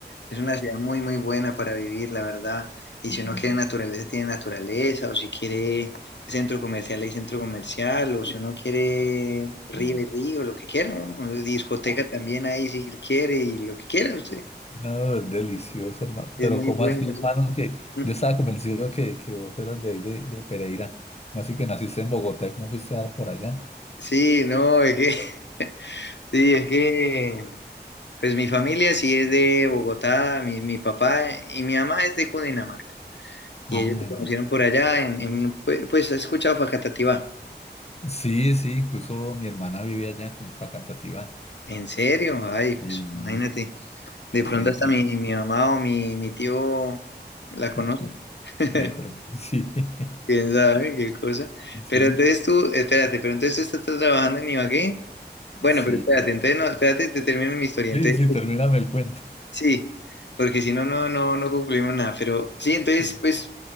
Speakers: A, on the left; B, on the left.
A: Es una ciudad muy, muy buena para vivir, la verdad. Y
B: Mm.
A: si uno quiere naturaleza, tiene naturaleza, o si quiere centro comercial, hay centro comercial, o si uno quiere río,
B: Sí.
A: hay río, lo que quiera, uno. O Discoteca
B: Ah,
A: también ahí, si quiere, y lo que quiera usted.
B: No, es delicioso, hermano.
A: Es
B: Pero
A: muy
B: ¿cómo
A: bueno,
B: así, hermano?
A: sí.
B: Que
A: Mm,
B: yo estaba convencido que, que vos eras de ahí, de, de Pereira. ¿Cómo así que naciste en Bogotá y cómo fuiste a dar por allá?
A: Sí, no, es que, <laughs> sí, es que, pues mi familia sí es de Bogotá, mi, mi papá y mi mamá es de Cundinamarca. Y
B: Ah,
A: ellos se conocieron por allá, en, en un pue- pues, ¿has escuchado Facatativá?
B: Sí, sí, incluso mi hermana vive allá, en Facatativá.
A: ¿En serio? Ay,
B: Sí,
A: pues imagínate. De
B: sí,
A: pronto hasta mi, mi mamá o mi, mi tío la
B: <laughs>
A: conoce. <laughs>
B: de pronto, sí, <laughs>
A: ¿Quién sabe qué cosa?
B: sí,
A: Pero entonces tú, espérate, pero entonces tú estás trabajando en Ibagué. Bueno,
B: sí,
A: pero espérate, entonces no, espérate, te termino mi historia.
B: sí,
A: Entonces,
B: sí, termíname el cuento.
A: Sí, porque si no, no, no, no concluimos nada. Pero sí, entonces,
B: Sí,
A: pues